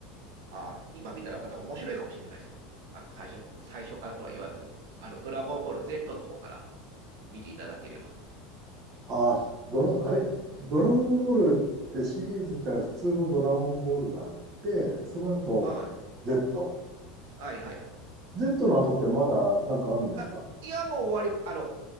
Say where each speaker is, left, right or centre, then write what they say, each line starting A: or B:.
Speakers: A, on the right; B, on the right.
A: あ今見たらまた面白いかもしれないですよ。あの最初最初からとは言わず、あのドラゴンボール Z の方から見ていただければ。
B: あ、
A: <laughs>
B: ドラ、あれ、ドラゴンボールってシリーズったら普通のドラゴンボールがあって、その後、
A: はい
B: Z。
A: はいはいはい。
B: Z の後ってまだなんかあるんですか
A: あいや、もう終わり、あの、